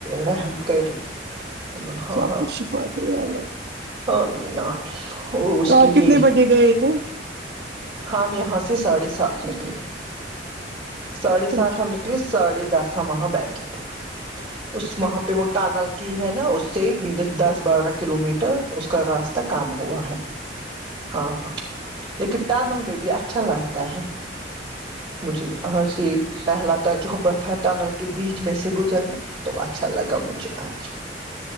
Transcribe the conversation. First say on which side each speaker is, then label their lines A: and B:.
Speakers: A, on the right; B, on the right.
A: رحیم کرے بولا ہاں
B: سب
A: ہاں
B: کو شفا دے یا اللہ
A: امین امین اور اس
B: تو آپ
A: کی
B: کتنے
A: یہ
B: بجے گئے کو
A: ہم یہاں سے ساڑھے سات نکلیے ساڑھے سات
B: اچھا
A: ہم نکلے ساڑھے دس ہم وہاں بیٹھے تھے اس وہاں پہ وہ ٹانل کی ہے نا اس سے مینز دس بارہ کلو میٹر اس کا راستہ تا کام ہوا ہے ہاں ہاں لیکن ٹنل میں بھی اچھا لگتا ہے مجھے آج یہ پہلا تجربہ تھا ٹنل کے بیچ میں سے گز تو اچھا لگا مجھے اچھا